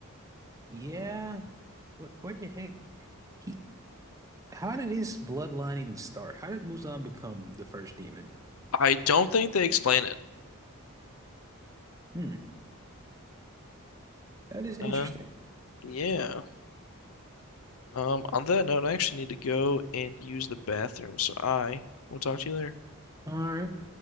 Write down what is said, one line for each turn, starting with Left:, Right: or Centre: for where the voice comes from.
Right: Yeah. What? Where the heck? He? How did his bloodline even start? How did Muzan become the first demon?
Left: I don't think they explain it.
Right: Hmm. That is interesting.
Left: Uh, yeah. Um, on that note, I actually need to go and use the bathroom, so I will talk to you later.
Right: All right.